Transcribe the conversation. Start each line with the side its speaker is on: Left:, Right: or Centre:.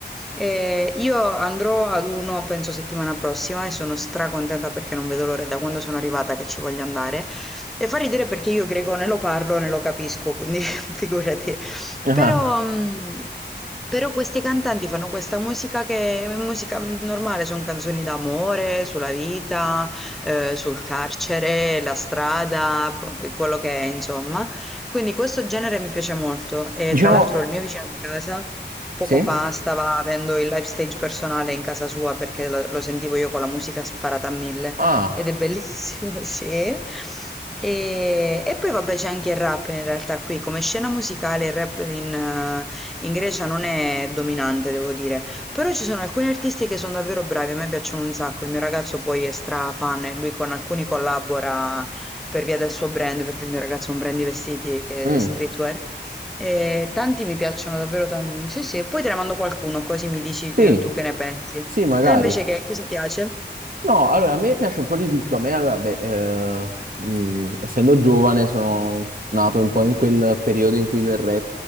Centre: Eh, io andrò ad uno, penso settimana prossima, e sono stracontenta perché non vedo l'ora da quando sono arrivata che ci voglio andare. E fa ridere perché io greco ne lo parlo, ne lo capisco, quindi <laughs> figurati.
Right: Ah,
Centre: Però, mh, però questi cantanti fanno questa musica che è musica normale, sono canzoni d'amore, sulla vita, eh, sul carcere, la strada, p- quello che è, insomma. Quindi questo genere mi piace molto e
Right: diciamo,
Centre: tra l'altro il mio vicino di casa poco
Right: sì,
Centre: fa stava avendo il live stage personale in casa sua perché lo, lo sentivo io con la musica sparata a mille
Right: ah.
Centre: ed è bellissimo, <laughs> sì. E, e poi vabbè c'è anche il rap in realtà qui, come scena musicale il rap in, eh, in Grecia non è dominante, devo dire. Però ci sono alcuni artisti che sono davvero bravi, a me piacciono un sacco, il mio ragazzo poi è stra fan e lui con alcuni collabora per via del suo brand, perché il mio ragazzo ha un brand di vestiti che
Right: Mm,
Centre: è streetwear. E tanti mi piacciono davvero tanto. Sì, sì, poi te ne mando qualcuno, così mi dici
Right: Sì,
Centre: tu, tu che ne pensi.
Right: sì, magari.
Centre: Te invece che cosa piace?
Right: No, allora a me piace un po' di tutto. A me, allora, beh, eh, mh, essendo giovane, sono nato un po' in quel periodo in cui il rap,